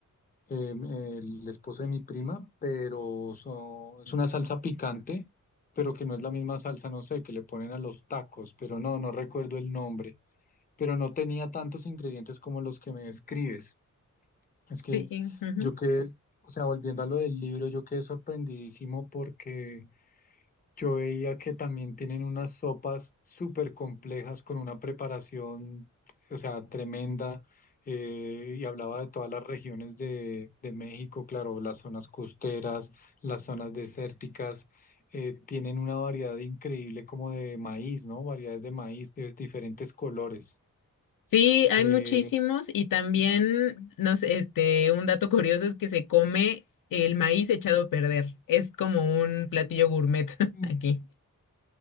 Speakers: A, on the left; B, on the left.
A: em, el esposo de mi prima, pero son- es una salsa picante, pero que no es la misma salsa, no sé, que le ponen a los tacos, pero no, no recuerdo el nombre. pero no tenía tantos ingredientes como los que me describes. Es que
B: Sí, y- ujú.
A: yo quedé, o sea, volviendo a lo del libro, yo quedé sorprendidísimo porque yo veía que también tienen unas sopas súper complejas con una preparación, o sea, tremenda. eh, y hablaba de todas las regiones de, de México, claro, las zonas costeras, las zonas desérticas, eh, tienen una variedad increíble como de maíz, ¿no? Variedades de maíz de diferentes colores.
B: Sí, hay
A: Eh,
B: muchísimos y también, no sé, este, un dato curioso es que se come el maíz echado a perder. Es como un platillo gourmet <laughs>
A: Mm,
B: aquí.